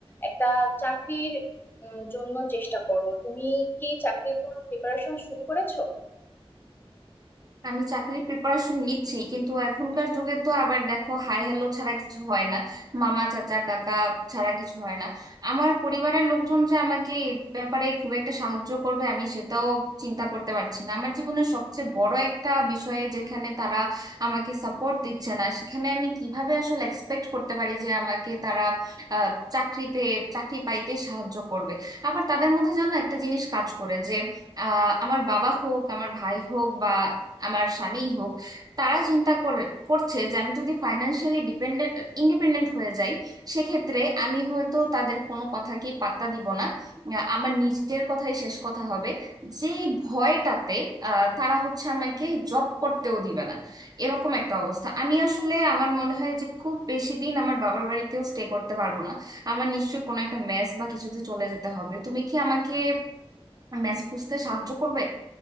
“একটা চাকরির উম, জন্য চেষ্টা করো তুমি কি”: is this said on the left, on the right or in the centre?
Left